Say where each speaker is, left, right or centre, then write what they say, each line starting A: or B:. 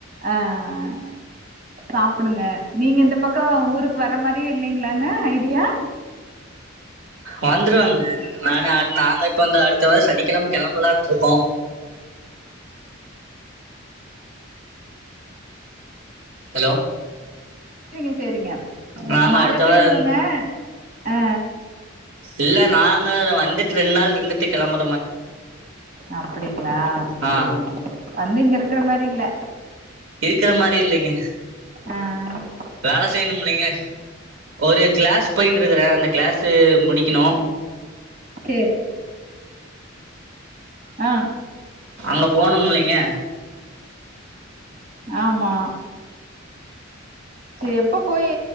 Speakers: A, on the right; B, on the right.
A: அ அ அ சாப்புடுங்க நீங்க இந்த பக்கோ ஊருக்கு வர மாரியே இல்லிங்ளாங்க ஐடியா <inaudible>
B: வந்துருவாங்க நானு அ நானு இப்ப இந்த அடுத்த வார சனிக்கெழம கெளம்பலாண்ட்ருக்கோ ஹலோ
A: ரிங்க சேரிங்க
B: நாங்க
A: மழ
B: அடுத்த
A: டைமுங்க
B: வார
A: ஆ
B: இல்ல நாங்க வந்துட்டு ரெண் நாள் இருந்துட்டு கெளம்ப
A: அப்பிடிங்ளா
B: ஆ
A: சேரிங்க வந்து இங்க இருக்ற மாரி இல்ல
B: இருக்கற மாரி இல்லீங்க
A: அ அ
B: வேல செய்ணுமில்லீங்க ஒரு கிளாஸ் போயிட்ருக்கறே அந்த கிளாஸ் ட்டு முடிக்கிணு
A: சேரி அ
B: அங்க போணுங் மில்லைங்க
A: ஆமா சே எப்ப போயி